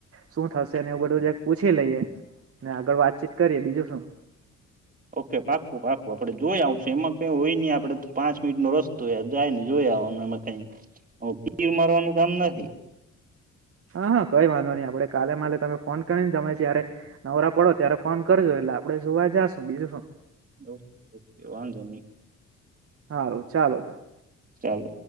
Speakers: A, on the right; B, on the right.
A: શું થશે ને એવું બધું પૂછી લઈએ ને આગળ વાતચીત કરીએ બીજું શું
B: ઓકે પાકું પાકું આપડે જોઈ આવ એમાં કઈ હોય નહી આપડે તો પાંચ મિનિટનો રસ્તો જાય ને જોય ત્યાં હો કઈ તીર મારવાનું કામ નથી.
A: હા હા કઈ વાંધો નઈ આપડે કાલે માલે તમે ફોન કરીને તમે જય્યારે નવરા પડો ત્યારે ફોન કરજો એટલે આપડે જોવા જાશું બીજું શું
B: ઓકે ઓકે વાંધો નહી.
A: હારુ ચાલો તાણ.
B: ચાલો.